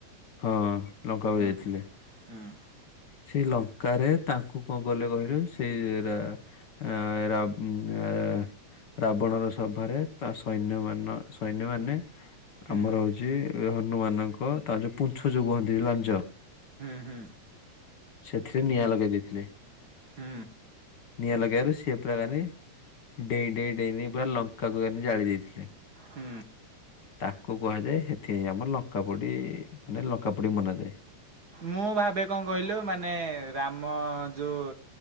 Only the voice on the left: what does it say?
ହଁ ଲଙ୍କା
କୁ ଯାଇଥିଲେ।
ସେଇ ଲଙ୍କାରେ, ତାଙ୍କୁ କଣ କଲେ କହିଲୁ, ସେଇ ରା ଆ ରାବ୍ ଏ ରାବଣ ର ସଭାରେ ତା ସୈନ୍ୟ ମାନ ସୈନ୍ୟ ମାନେ
ଆମର ହୋଉଛି ହନୁମାନଙ୍କ ତା ଯୋଉ ପୁଞ୍ଛ ଯୋଉ କୁହନ୍ତି ଲାଞ୍ଜ
ସେଥିରେ ନିଆଁ ଲଗେଇ ଦେଇଥିଲେ।
ନିଆଁ ଲଗେଇବାରୁ ସିଏ ପୁରା ଗାର ଡେଇଁ ଡେଇଁ ଡେଇଁ ପୁରା ଲଙ୍କାକୁ ମାନେ ଜାଳି ଦେଇଥିଲେ।
ତାକୁ କୁହାଯାଏ, ହେଥିପାଇଁ ଆମର ଲଙ୍କାପୁଡି ମାନେ ଲଙ୍କାପୁଡି ମନାନ୍ତି।